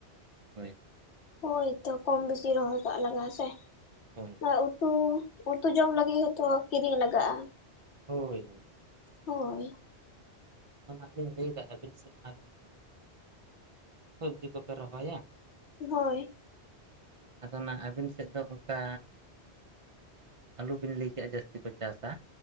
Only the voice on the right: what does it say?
ᱦᱳᱭ᱾
ᱦᱳᱭ᱾
ᱦᱳᱭ ᱦᱳᱭ᱾
ᱟᱫᱚ ᱱᱟᱦᱟᱜ ᱞᱤᱧ ᱞᱟᱹᱭᱫᱟ ᱟᱹᱵᱤᱱ ᱥᱮᱫ ᱢᱟ ᱵᱤᱱ ᱞᱟᱹᱭ᱾ ᱪᱮᱠᱟ ᱠᱟᱱᱤᱧ ᱥᱚᱵᱡᱤ ᱠᱚᱯᱮ ᱨᱚᱦᱚᱭᱟ᱾
ᱟᱫᱚ ᱱᱟᱜ ᱟᱵᱤᱱ ᱥᱮᱫ ᱫᱚ ᱚᱝᱠᱟ ᱟᱹᱞᱩ ᱵᱤᱱ ᱞᱟᱹᱭ ᱠᱮᱜ-ᱟ ᱡᱟᱹᱥᱛᱤ ᱠᱚ ᱪᱟᱥᱟ